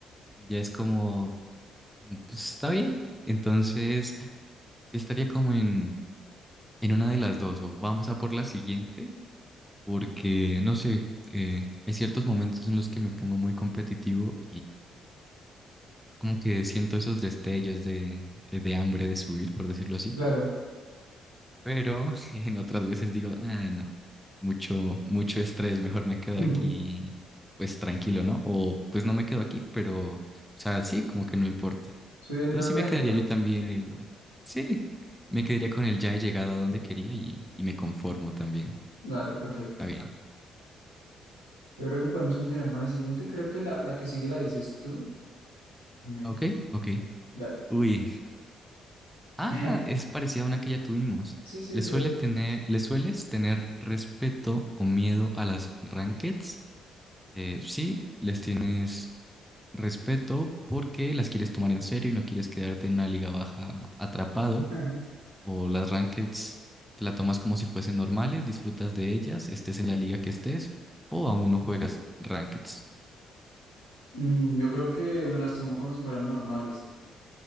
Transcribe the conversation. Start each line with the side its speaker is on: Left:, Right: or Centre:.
Centre: Y ya es como, mm, pues está bien. Entonces sí estaría como en, en una de las dos, o vamos a por la siguiente, porque no sé, eh, hay ciertos momentos en los que me pongo muy competitivo como que siento esos destellos de, eh, de hambre de subir, por decirlo así,
Left: Claro.
Centre: pero <laughs> en otras veces digo, ah, no, mucho, mucho estrés, mejor me quedo
Left: <laughs>
Centre: aquí, pues tranquilo, ¿no? O pues no me quedo aquí, pero, o sea, sí, como que no importa.
Left: Subiendo
Centre: Entonces sí
Left: lento.
Centre: me quedaría yo también el, sí, me quedaría con el ya he llegado a donde quería y, y me conformo también.
Left: Dale, perfecto.
Centre: Está bien. Ah,
Left: Yo creo que podemos continuar con la siguiente. Creo que la, la que sigue la dices tú. Me-
Centre: Ok, ok.
Left: Dale.
Centre: Uy. Ah,
Left: <laughs>
Centre: es parecida a una que ya tuvimos.
Left: Sí, sí,
Centre: ¿Le
Left: es
Centre: suele
Left: verdad.
Centre: tener, le sueles tener respeto o miedo a las rankeds? Eh, sí, les tienes respeto porque las quieres tomar en serio y no quieres quedarte en una liga baja atrapado.
Left: <laughs>
Centre: O las rankeds te la tomas como si fuesen normales, disfrutas de ellas, estés en la liga que estés, o aún no juegas rankeds.
Left: Mm, Yo creo que me las tomo como si fueran normales.